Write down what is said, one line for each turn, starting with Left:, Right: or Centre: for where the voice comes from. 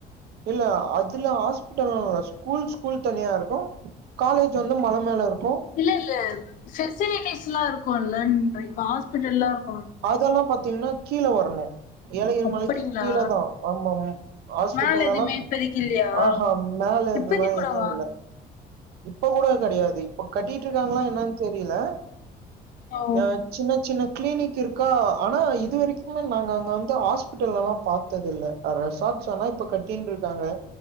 Right: இல்ல அதுல ஹாஸ்பிட்டல்லா இல்ல ஸ்கூல் ஸ்கூல் தனியா இருக்கும் காலேஜ் வந்து மல மேல இருக்
Left: இல்ல இல்ல பெசிலிட்டிஸ் யூஸ் ஃபுல்லா இருக்குல்லன்றே ஹாஸ்பிட்டல்லா இருக்
Right: அதல்லா பாத்தீங்ன்னா கீழ வரணும் ஏழையல்
Left: அப்படிங்களா
Right: மலைக்கு கீழ தான் ஆமா ஹாஸ்பிட்டல்
Left: மேல எதுவுமே
Right: எல்லா
Left: இப்பதைக்கு இல்லையா
Right: ஆஹா மேல
Left: இப்பதைக்கு
Right: அந்த மாரி
Left: கூடவா
Right: எதும் இல்ல இப்ப கூட கெடையாது இப்ப கட்டிட்டு இருக்காங்களா என்னான்னு தெர் புரியல
Left: ஓ
Right: நா சின்ன சின்ன கிளினிக் இருக் க்கா ஆனா இதுவரைக்கு மே நாங்க அங்க வந்து ஹாஸ் பிட்டல் எல்லா பாத்தது இல்ல ரெசார்ட்ஸ் ஆனா கட்டிங்னு இருக்காங்க